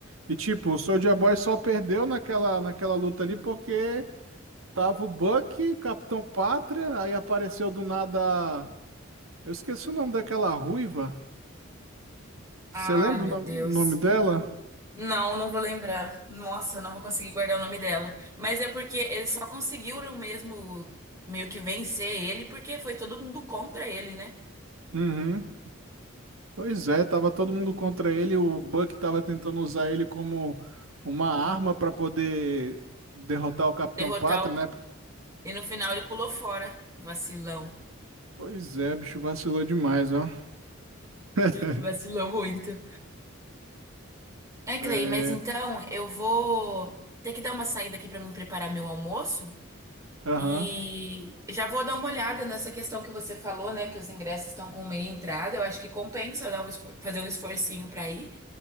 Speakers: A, on the right; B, on the right.
A: E tipo, o Soldier Boy só perdeu naquela, naquela luta ali porque tava o Bucky, o Capitão Pátria, aí apareceu do nada. Eu esqueci o nome daquela ruiva.
B: Ai,
A: Você lembra
B: meu
A: o nome,
B: Deus.
A: o nome dela?
B: Não, não vou lembrar. Nossa, eu não vou conseguir guardar o nome dela. Mas é porque eles só conseguiram mesmo meio que vencer ele porque foi todo mundo contra ele, né?
A: Uhum. Pois é, tava todo mundo contra ele, o Buck tava tentando usar ele como uma arma para poder derrotar o Capitão
B: Derrotar
A: Pátria,
B: o...
A: né?
B: E no final ele pulou fora. Vacilão.
A: Pois é, bicho vacilou demais, ó. <laughs>
B: Vacilou muito. É, Clay,
A: É,
B: mas então eu vou ter que dar uma saída aqui pra mim preparar meu almoço
A: aham.
B: e já vou dar uma olhada nessa questão que você falou, né, que os ingressos estão com meia entrada. Eu acho que compensa dar um esfor- fazer um esforcinho pra ir.